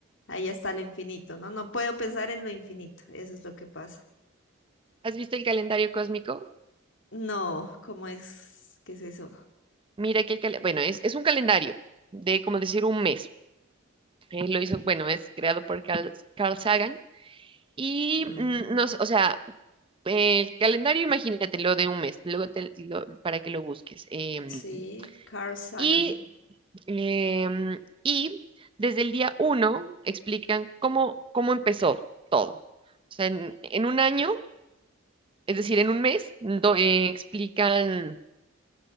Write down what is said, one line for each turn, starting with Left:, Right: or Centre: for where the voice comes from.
Left: ahí está lo infinito, ¿no? No puedo pensar en lo infinito, eso es lo que pasa.
Right: ¿Has visto el calendario cósmico?
Left: No, ¿cómo es? ¿Qué es eso?
Right: Mira que, hay cal- bueno, es, es un calendario de, como decir, un mes. Él lo hizo, bueno, es creado por Carl, Carl Sagan. Y,
Left: Ah.
Right: mm, no, sé, o sea, el calendario, imagínatelo de un mes, luego te lo- para que lo busques. Em,
Left: Sí, Carl Sagan.
Right: y, em, y desde el día uno explican cómo, cómo empezó todo. O sea, en, en un año, es decir, en un mes, do- eh, explican